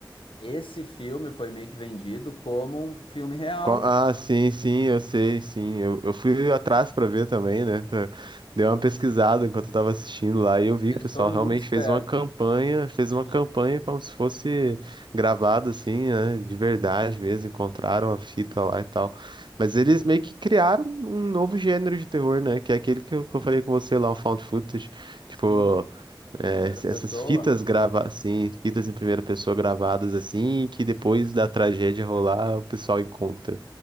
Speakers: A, on the left; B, on the right.
A: esse filme foi meio que vendido como um filme real.
B: Co- Ah, sim, sim, eu sei, sim. Eu, eu fui atrás pra ver também, né? pra- Dei uma pesquisada enquanto eu tava assistindo lá e eu vi
A: Eles
B: que o pessoal
A: foram
B: realmente
A: muito espertos.
B: fez uma campanha, fez uma campanha
A: Sim,
B: como se fosse gravado assim, né? De verdade mesmo, encontraram a fita lá e tal. Mas eles meio que criaram um novo gênero de terror, né? Que é aquele que eu, que eu falei com você lá, o found footage.
A: sim,
B: Tipo,
A: em
B: é,
A: primeira
B: essas
A: pessoa.
B: fitas gravadas, assim, fitas em primeira pessoa gravadas assim, que depois da tragédia rolar, o pessoal encontra.